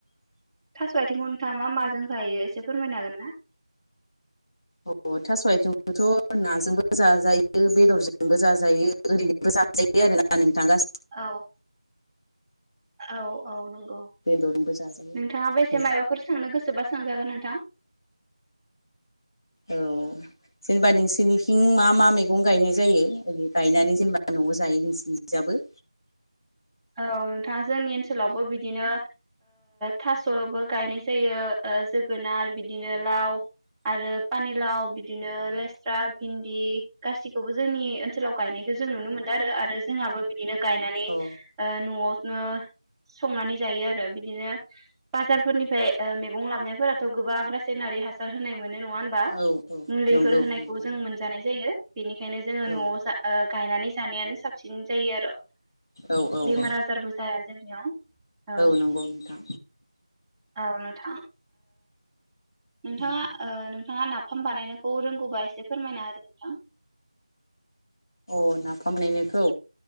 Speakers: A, in the centre; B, on the left (about 45°).
A: थास' आथिंखौ नोंथाङा मा माजों जायो एसे फोरमायनो हागोन ना
B: अ थास' आयथिंखौथ' नाजोंबो जाजायो बेदरजोंबो जाजायो ओरैनोबो जाजायो आरो ना नोंथां । <inaudible>
A: औ औ औ नंगौ
B: बेदरजोंबो जाजायो
A: नोंथाङा बेसे
B: औ
A: माबाफोर सोंनो गोसोबा सोंजागोन नोंथां ।
B: औ जेनेबा नोंसिनिथिं मा मा मैगं गायनाय जायो ओै गायनानै जेनेबा न'आव जायो नोंसिनिथिंजाबो
A: औ नोंथाङा जोंनि ओनसोलावबो बिदिनो थास'बो गायनाय जायो जोगोनार बिदिनो लाव आरो पानिलााव बिदिनो लेस्रा भिन्दि गासिखौबो जोंनि ओनसोलाव गायनायखौ जों नुनो मोनदों आरो आरो जोंहाबो बिदिनो गायनानानै
B: अ
A: न'आवनो संनानै जायो आरो बिदिनो बाजारफोरनिफ्राय मैगं लाबनायफोराथ' गोबां रासायनारि हासार होनाय मोनो नङा होमबा
B: औ औ
A: मुलिफोर
B: नंगौ
A: होनायखौ
B: नोंथां
A: जों मोनजानाय जायो बेनिखायनो जोङो
B: औ
A: न'आव गायनानै जानायानो साबसिन । जायो आरो
B: औ औ
A: बेमार
B: औ
A: आजारबो जाया जोंनियाव औ
B: नंगौ नोंथां
A: औ नोंथां नोंथाङा
B: अ
A: नोंथाङा नाफाम बानायनायखौ रोंगौबा एसे फोरमायना होदों नोंथां।
B: अ नाफाम बानायनायखौ